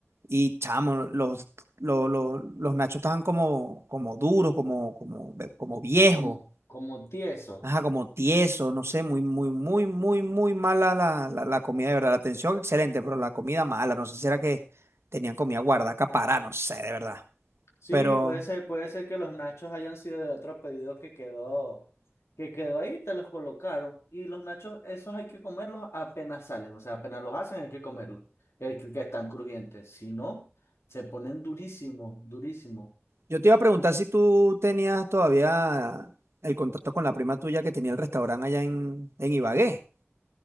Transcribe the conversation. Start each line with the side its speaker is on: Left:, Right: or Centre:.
Right: y chamo, los, lo- lo- los nachos estaban como, como duros, como, como, ve- como viejos,
Left: como, como tieso.
Right: ajá, como tiesos, no sé, muy, muy, muy, muy, muy mala la, la, la comida, de verdad. La atención excelente, pero la comida mala, no sé si era que tenían comida guardada, acaparada, no sé, de verdad.
Left: Sí,
Right: Pero...
Left: puede ser, puede ser que los nachos hayan sido de otro pedido que quedó, que quedó ahí, te los colocaron. Y los nachos, esos hay que comerlos apenas salen, o sea, apenas los hacen hay que comerlos, que, que que están crujientes. Si no, se ponen durísimos, durísimos.
Right: Yo te iba a preguntar si tú tenías todavía el contacto con la prima tuya que tenía el restaurante allá en, en Ibagué.